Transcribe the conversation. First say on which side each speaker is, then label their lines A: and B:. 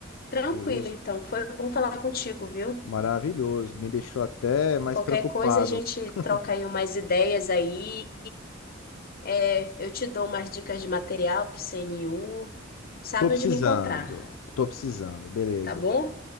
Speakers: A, on the left; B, on the left.
A: Tranquilo,
B: Beleza.
A: então. Foi bom falar contigo, viu?
B: Maravilhoso. Me deixou até mais
A: Qualquer
B: preocupado.
A: coisa a gente
B: <laughs>
A: troca aí umas ideias aí. É, eu te dou umas dicas de material pro CNU. Sabe
B: Tô precisando.
A: onde me encontrar,
B: Tô precisando. Beleza.
A: tá bom?